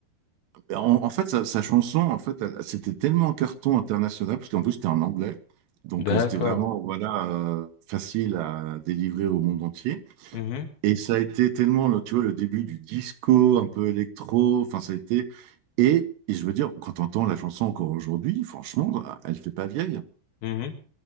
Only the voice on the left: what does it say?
D'accord.
Mhm,
mhm,